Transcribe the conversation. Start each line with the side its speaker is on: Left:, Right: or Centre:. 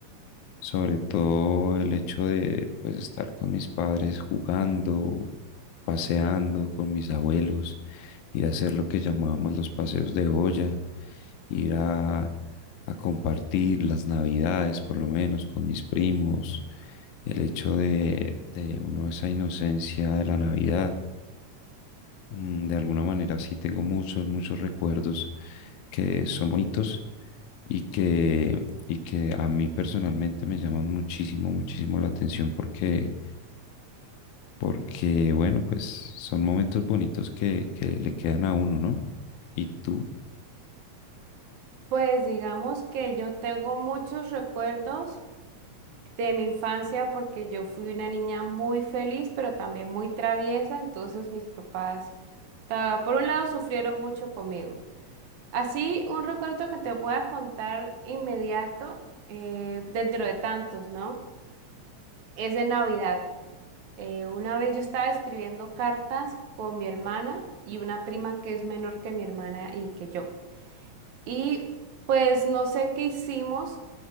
Left: Sobre todo el hecho de pues estar con mis padres jugando, paseando con mis abuelos, ir a hacer lo que llamábamos los paseos de olla, ir a, a compartir las navidades por lo menos con mis primos, el hecho de, de uno esa inocencia de la Navidad mm, de alguna manera sí tengo muchos, muchos recuerdos que son bonitos y que, y que a mí personalmente me llaman muchísimo, muchísimo la atención porque, porque bueno, pues son momentos bonitos que, que le quedan a uno, ¿no? ¿Y tú?
Right: Pues digamos que yo tengo muchos recuerdos de mi infancia porque yo fui una niña muy feliz, pero también muy traviesa, entonces mis papás ta- Por un lado, sufrieron mucho conmigo. Así, un recuerdo que te voy a contar inmediato, eh, dentro de tantos, ¿no? Es en Navidad. Eh, una vez yo estaba escribiendo cartas con mi hermana y una prima que es menor que mi hermana y que yo. Y pues no sé qué hicimos.